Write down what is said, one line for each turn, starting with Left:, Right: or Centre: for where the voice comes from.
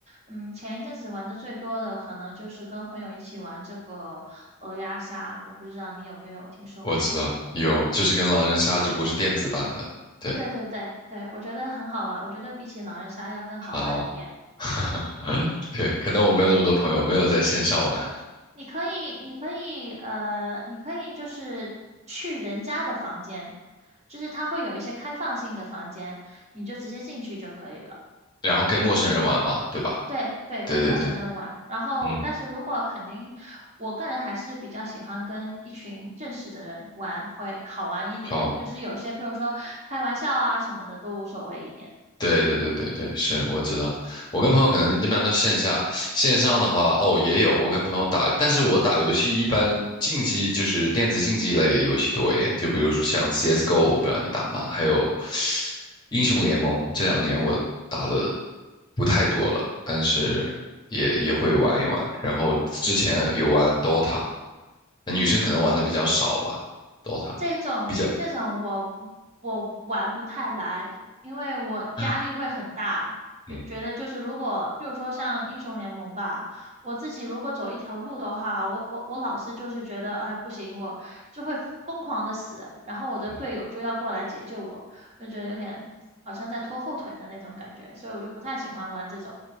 Right: 嗯，前一阵子玩的最多的可能就是跟朋友一起玩这个鹅鸭杀，我不知道你有没有听说过？
Left: 我知道有，就是跟狼人杀，只不过是电子版的。对，
Right: 呃，对对对对，我觉得很好玩，我觉得比起狼人杀要更好玩一点。
Left: 好啊，<laughs> 对，可能我没有那么多朋友，没有在线上玩，
Right: 你可以，你可以，呃，你可以就是去人家的房间，就是它会有一些开放性的房间，你就直接进去就可以了。
Left: 然后跟陌生人玩嘛，对吧？
Right: 对对，
Left: 对对对，
Right: 跟陌生人玩。然后，
Left: 嗯，
Right: 但是如果肯定，我个人还是比较喜欢跟一群认识的人玩，会好玩一点。
Left: 好啊。
Right: 就是有些，譬如说开玩笑啊什么的，都无所谓一点。
Left: 对对对对对，是我知道。我跟朋友可能一般都线下，线上的话，哦，也有我跟朋友打，但是我打游戏一般竞技就是电子竞技类游戏多一点，就比如说像 CS:GO，我不知道你打吗？还有英雄联盟，这两年我打的不太多了，但是也也会玩一玩。然后之前有玩 DOTA，那女生可能玩的比较少吧，DOTA
Right: 嗯，这种这种我
Left: 比较，
Right: 我玩不太来，因为我压力会很大，
Left: <gasps>
Right: 觉觉得就是如果比如说像英雄联盟吧，
Left: 嗯。
Right: 我自己如果走一条路的话，我我我老是就是觉得哎不行，我就会疯狂的死，然后我的队友就要过来解救我，
Left: 嗯
Right: 就觉得有点好像在拖后腿的那种感觉，所以我就不太喜欢玩这种。